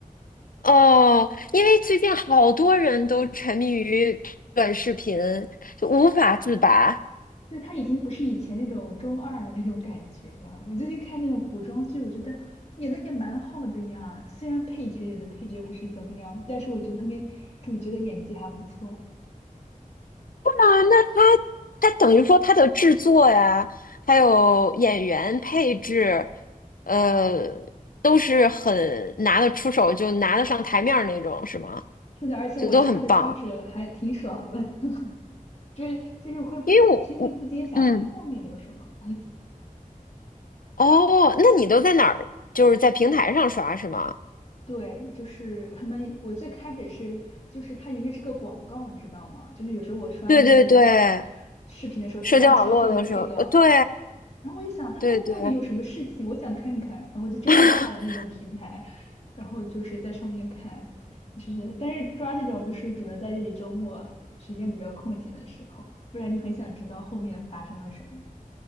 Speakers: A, on the left; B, on the left.
A: 哦，因为最近好多人都沉迷于短视频，就无法自拔。
B: <laughs> 对，它已经不是以前那种中二的那种感觉了。我最近看那种古装剧，我觉得演的也蛮好的呀。虽然配角有的配角不是怎么样，但是我觉得他们主角的演技还不错哎。
A: 啊，那它它等于说它的制作呀，还有演员配置，呃，都是很拿得出手，就拿得上台面儿那种，是吗？
B: 是的，而且我刷着刷着还挺爽的。
A: 就都很棒。
B: <laughs> 就是就是会情不自禁想看后面有什么。
A: 因为我我嗯哦，那你都在哪儿？就是在平台上刷是吗？
B: 对，就是他们，我最开始是，就是它原先是个广告，你知道吗？就是有时候我刷那些
A: 对对对，
B: 视频的时候，
A: 社交网络的时候，
B: 突然跳出一个这个，
A: 呃，对
B: 然后我就想它后面到底有什么事情，
A: 对对，
B: 我想看看，然后我就真的下了那种平台，
A: <laughs>
B: 然后就是在上面看，就是但是抓这种就是只能在这里周末时间比较空闲的时候，不然你很想知道后面发生了什么。